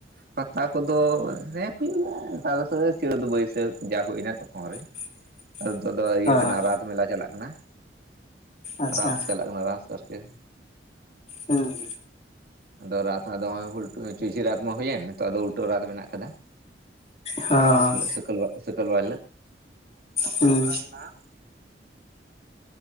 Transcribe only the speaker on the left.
<unintelligible>
ᱦᱚᱸ
ᱟᱪᱪᱷᱟ
ᱦᱮᱸ
ᱦᱚᱸ
ᱦᱩᱸ